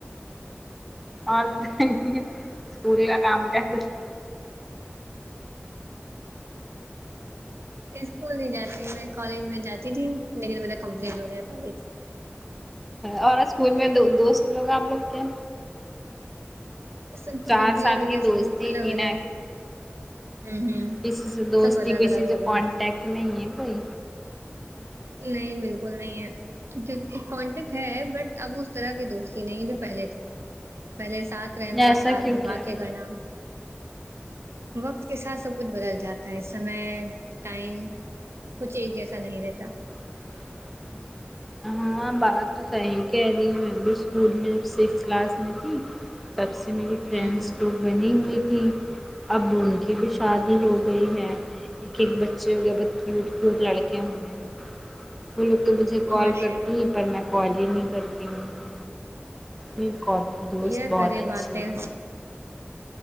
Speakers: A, in the centre; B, on the right.
A: اور بتائیے اسکول کا کام کیسا چ
B: اسکول نہیں جاتی میں کالج میں جاتی تھی لیکن میرا کمپلیٹ ہو گیا کالج
A: اور اسکول میں دو دوست لوگ آپ لوگ کے
B: سب کا
A: چار
B: کمپلیٹ
A: سال
B: ہو
A: کی
B: گیا سب
A: دوستی
B: لوگ الگ
A: تھی
B: الگ
A: نا
B: ہوں ہوں
A: کسی سے دوستی
B: سب الگ
A: کسی
B: الگ
A: سے
B: ہو گئے
A: کانٹیکٹ نہیں ہے کوئی
B: نہیں بالکل نہیں ہے جب کانٹیکٹ ہے بٹ اب اس طرح کے دوستی نہیں جو پہلے تھی پہلے ساتھ رہنا
A: ایسا
B: ساتھ
A: کیوں
B: میں
A: کہہ
B: باتیں
A: رہے
B: کرنا وقت کے ساتھ سب کچھ بدل جاتا ہے سمے ٹائم کچھ ایک جیسا نہیں رہتا
A: ہوں ہوں ہاں بات تو صحیح کہہ رہی ہے میں بھی اسکول میں جب سکس کلاس میں تھی تب سے میری
B: ہوں
A: فرینڈس بنی ہوئی تھی اب ان کی بھی شادی ہو گئی ہے ایک ایک بچے ہو گیا بہت کیوٹ کیوٹ لڑکے ہوئے ہیں وہ لوگ تو مجھے کال
B: ماشاء
A: کر
B: اللہ
A: پر میں کال ہی نہیں کرتی ان کو دکو دوست
B: کیا
A: بہت
B: کرے
A: اچھی
B: باتیں
A: ہے